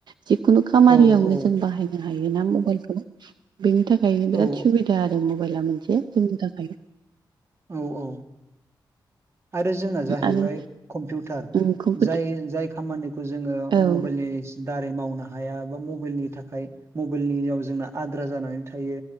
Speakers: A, on the right; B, on the right.
A: जिखुनु खामानियावनो
B: औ औ
A: जों बाहायनो हायोना मबाइलखौ बेनि थाखायनो बिराद
B: औ
A: सुबिदा आरो। <unintelligible> मबाइला मोनसे सुबिदा। <unintelligible>
B: औ औ आरो जोंना जाहैबाय
A: आरो
B: कम्पिउटार।
A: ओं कम्पिउटार
B: जाय जाय खामानिखौ जोङो
A: औ
B: मबाइलनि दारै मावनो हाया बा मबाइलनि थाखाय मबाइलनियाव जोंना आद्रा जानानै थायो।